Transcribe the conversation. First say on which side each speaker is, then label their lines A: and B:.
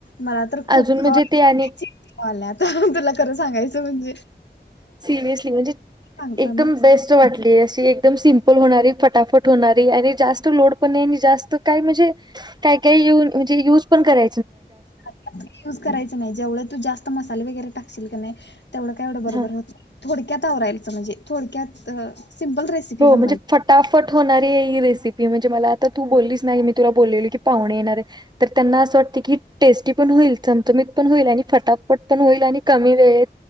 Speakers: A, on the left (about 80°); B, on the right (about 25°).
A: मला तर खूप
B: अजून
A: खवाव
B: म्हणजे ते आणि
A: आता तुला खरं सांगायचं म्हणजे.
B: सिरियसली म्हणजे
A: सांगताना
B: एकदम बेस्ट वाटली. एकदम सिम्पल होणारी फटाफ होणारी आरे जास्त लोड पण नई जास्त काय म्हणजे काय काय यु म्हणजे युज पण करा.
A: आ युज करायचं नाही. जेवढ तू जास्त मसाले वगैरे टाकशील कने तेवढं काय एवढं बरोबर
B: हा
A: थोडक्यात आवरायलाचं म्हणजे. थोडक्यात सिम्पल रेसिपी
B: हो
A: बनवायची
B: म्हणजे फटाफट होणारी हे रेसी रसिी म्हणजे मला तर तू बोललीस नाही. मी तुला बोललेल की पाहुणे येणार आहे. तर त्यांना असं वाटत की टेस्टी पण होईल. चमचमत पण होईल आणि फटाफट पण होईल. आणि कमी वेळेत